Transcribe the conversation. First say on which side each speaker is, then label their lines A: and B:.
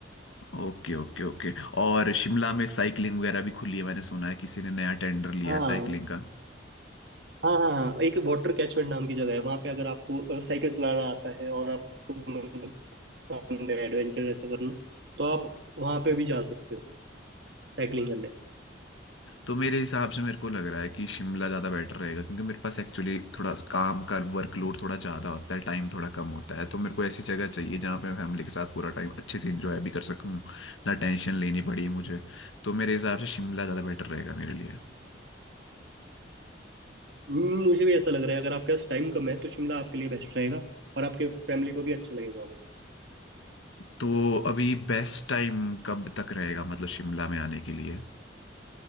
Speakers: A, on the left; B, on the right.
A: ओके ओके ओके और शिमला में साइकिलिंग वगैरह भी खुली है मैंने सुना है किसी ने नया टेंडर लिया
B: हाँ
A: है साइकिलिंग का
B: हाँ हाँ हाँ, एक वाटर कैचमेंट नाम की जगह है वहाँ पे अगर आपको अगर साइकिल चलाना आता है और आपको मतलब पसंद है एडवेंचर ऐसा करना तो आप वहाँ पे भी जा सकते हो साइकिलिंग
A: तो मेरे हिसाब से मेरे को लग रहा है कि शिमला ज़्यादा बेटर रहेगा क्योंकि मेरे पास एक्चुअली थोड़ा काम का वर्कलोड थोड़ा ज़्यादा होता है टाइम थोड़ा कम होता है तो मेरे को ऐसी जगह चाहिए जहाँ पे मैं फैमिली के साथ पूरा टाइम अच्छे से इंजॉय भी कर सकूँ ना टेंशन लेनी पड़ी मुझे तो मेरे हिसाब से शिमला ज़्यादा बेटर रहेगा मेरे लिए
B: हम्म, मुझे भी ऐसा लग रहा है अगर आपके पास टाइम कम है तो शिमला आपके लिए बेस्ट रहेगा और आपके फैमिली को भी अच्छा लगेगा वो
A: तो अभी बेस्ट टाइम कब तक रहेगा मतलब शिमला में आने के लिए